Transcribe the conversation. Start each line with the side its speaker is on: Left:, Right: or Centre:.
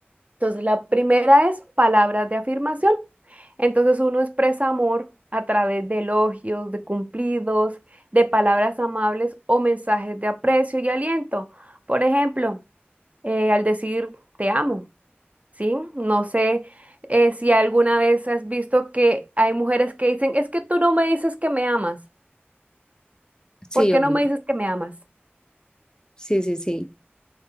Right: Entonces, la primera es palabras de afirmación. Entonces, uno expresa amor a través de elogios, de cumplidos, de palabras amables o mensajes de aprecio y aliento. Por ejemplo, eh, al decir te amo, ¿sí? No sé eh, si alguna vez has visto que hay mujeres que dicen, es que tú no me dices que me amas.
Left: Sí,
Right: ¿Por qué
Left: obvio.
Right: no me dices que me amas?
Left: Sí, sí, sí.